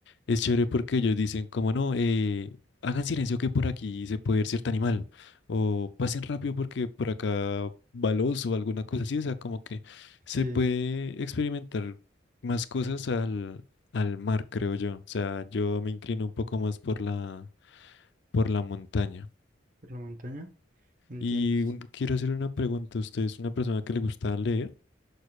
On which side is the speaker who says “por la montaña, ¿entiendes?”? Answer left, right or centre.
Right